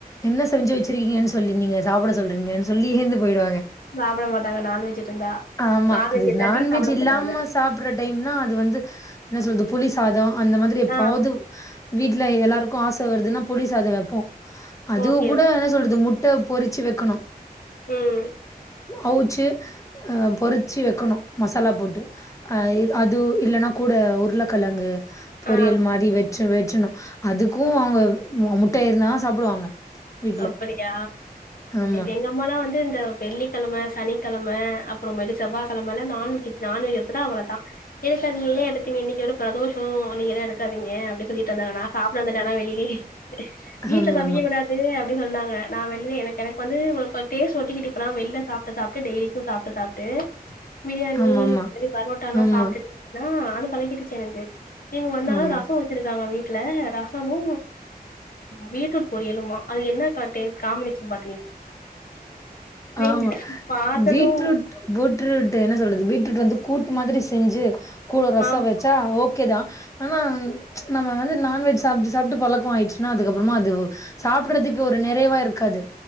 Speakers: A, on the left (about 20°); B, on the left (about 65°).
A: என்ன செஞ்சு வச்சுருக்கீங்கன்னு சொல்லி நீங்க சாப்பிட சொல்றீங்கன்னு சொல்லி எழுந்து போயிடுவாங்க
B: சாப்ட மாட்டாங்க நான்வெஜ் இருந்தா
A: ஆமா
B: நான்வெஜ்
A: அது
B: இல்லாட்டி
A: நான்வெஜ்
B: சாப்ட
A: இல்லாம
B: மாட்டாங்க
A: சாப்புட்ற டைம்னா அது வந்து என்ன சொல்து புளி சாத அந்த மாதிரி எப்பாது
B: ஆ
A: வீட்ல எல்லாருக்கு ஆச வருதுன்னா புளி சாத வப்போ அதுக்கு
B: ஓகே
A: கூட என்ன சொல்றது முட்ட பொறிச்சு வெக்கணு
B: ம்
A: அவுச்சு பொறிச்சு வெக்கணு மசாலா போட்டு அ அது இல்லனா கூட உருளக்கெழங்கு பொரியல்
B: ஆ
A: மாறி வெச்சு வெச்சுணு அதுக்கு அவிங்க முட்ட இருந்தாதா சாப்பிடுவாங்க வீட்ல
B: அப்படியா
A: ஆமா
B: எங்க அம்மாலா வந்து இந்த வெள்ளிக்கெழம சனிக்கெழம அப்புறமேட்டு செவ்வாய்கெழமல்லா நான்வெஜ் நான்வெஜ் எடுத்துட்டா அவ்ளோதா எனக்கது ஏ எடுத்தீங்க இன்னைக்கு வேற ப்ரதோஷோ நீங்களா எடுக்காது ங்க அப்டி சொல்லிட்டு இருந்தாங்க நா சாப்ட வந்துட்டே அதா வெளிலயே வீட்ல
A: ஆமாமா
B: சமைக்கக்கூடாது அப்டினு சொன்னாங்க நா வெளிய எனக்கு எனக்கு வந்து ஒருத்தர் டேஸ்ட் ஒட்டிகிட்டு இப்பலா வெள்ல சாப்ட சாப் டெய்லிக்கும் சாப்ட்டு சாப்ட்டு பிரியாணி
A: ஆமாமா
B: இந்த பரோட்டால்லா
A: ஆமா
B: சாப்பிட் தா அது பழக்குட்ருச்சு எனக்கு நீங்க வந்தா
A: ஆமா
B: ரச
A: ஆமா
B: வச்சிருக்காங்க வீட் ல ரசமு பீட்ரூட் பொரியலுமா அது என்னகாடே காம்பினேஷன் ப
A: ஆமா
B: இல்ல பாத்தது
A: பீட்ரூட் பூட்ரூட்டு என்ன சொல்றது பீட் விட்டுட்டு வந்து கூட்டு மாதிரி செஞ்சு கூட ரச
B: ஆமா
A: வச்சா ஓகேதா ஆனா நம்ம வந்து நான்வெஜ் சாப்ட்டு சாப்ட்டு பழக்க ஆய்ச் அதுக்கப்றமா அது சாப்புட்றத்துக்கு ஒரு நிறைவா இருக்காது